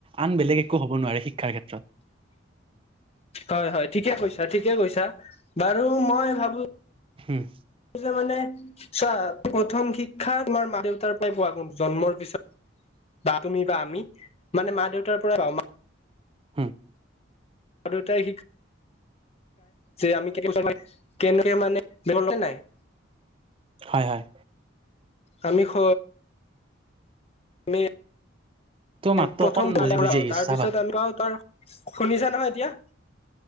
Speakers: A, on the right; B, on the left.
A: আন বেলেগ একো হ'ব নোৱাৰে শিক্ষাৰ ক্ষেত্ৰত
B: হয় হয় ঠিকে কৈছা ঠিকে কৈছা বাৰু মই ভাবো।
A: হম
B: যে মানে চোৱা প্ৰথম শিক্ষা তোমাৰ মা দেউতাৰ পৰাই পোৱাৰ জন্মৰ পিছত বা তুমি বা আমি মানে মা দেউতাৰ পৰা বা
A: হ
B: আৰু দুটাই শিক যে আমি কে কেনেক মানে নাই
A: হয় হয়
B: আমি খ আমি
A: তোৰ মাতটো
B: প্ৰথম
A: অকণ
B: ত
A: বুজি বুজি আহিছে
B: তাৰ
A: চাবা
B: পিছত আমি পওঁ তাৰ শুনিছো নহয় এতিয়া